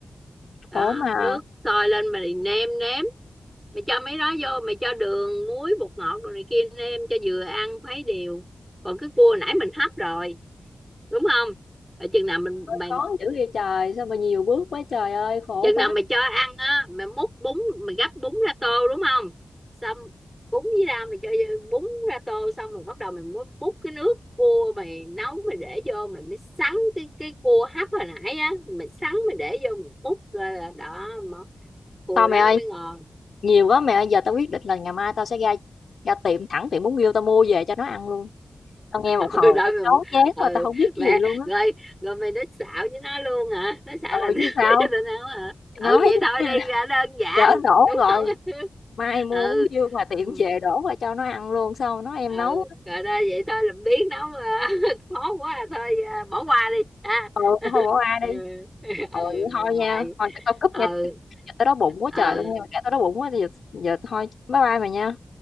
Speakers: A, in the centre; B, on the left.
A: đó
B: khổ mà
A: nước sôi lên mày nêm nếm mày cho mấy đó vô mày cho đường muối bột ngọt rồi này kia nêm cho vừa ăn khuấy đều còn cái cua nãy mình hấp rồi đúng không rồi chừng nào mình mày
B: khó dữ vậy trời sao mà nhiều bước quá trời ơi khổ
A: chừng
B: quá
A: nào mày cho ăn á mày múc bún mày gắp bún ra tô đúng không xong bún với ra mày cho bún ra tô xong rồi bắt đầu mày múc, múc cái nước cua mày nấu mày để vô mày mới sắn cái cái cua hấp hồi nãy á mày sắn mày để vô mày múc ra là đó mà cua
B: thôi mẹ
A: đó
B: ơi
A: nó mới ngon
B: nhiều quá mẹ ơi giờ tao quyết định là ngày mai tao sẽ ra ra tiệm thẳng tiệm bún riêu tao mua về cho nó ăn luôn tao nghe
A: <laughs>
B: một hồi
A: ừ, đó,
B: tao chán chán
A: mày,
B: mà tao
A: ừ
B: không biết
A: mẹ
B: cái gì luôn á
A: rồi rồi mày nói xạo với nó luôn hả nó xạo
B: ừ
A: là <laughs> nước
B: chứ sao
A: với tao nấu hả ừ
B: nói
A: vậy thôi
B: chứ
A: đi
B: là
A: ra
B: <laughs>
A: đơn giản
B: lỡ đổ
A: đúng
B: rồi
A: không <laughs>
B: mai mua
A: ừ,
B: bún riêu mà tiệm
A: ừ.
B: về đổ qua cho nó ăn luôn sao nó em
A: ừ
B: nấu
A: rồi thôi vậy thôi làm biến nấu à, <laughs> khó quá à, thôi à, bỏ qua đi ha
B: ừ
A: <laughs>
B: không bỏ ai
A: ừ,
B: đi
A: ừ
B: ừ vậy thôi
A: rồi
B: nha thôi chắc tao cúp
A: ừ
B: nha giờ tao đói bụng quá
A: ừ
B: trời tao nghe mà kể tao đói bụng quá giờ giờ thôi bye bye mày nha